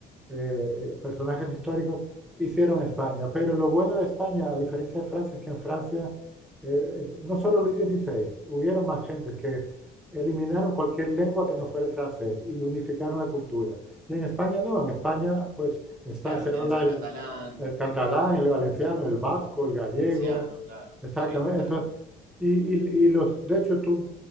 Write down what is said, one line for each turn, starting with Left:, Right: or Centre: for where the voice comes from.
Centre: eh, personajes históricos, hicieron España. Pero lo bueno de España, a diferencia de Francia, es que en Francia eh, no solo Luis XVI, hubieron más gentes que eliminaron cualquier lengua que no fuera el francés y unificaron la cultura. Y en España no, en España pues está,
Right: claro,
Centre: se
Right: tenés
Centre: habla
Right: el
Centre: el,
Right: catalán,
Centre: el catalán,
Right: el
Centre: el valenciano, el vasco, el gallego,
Right: valenciano, claro.
Centre: exactamente.
Right: Sí, totalmente.
Centre: Entonces, y, y- y los, de hecho tú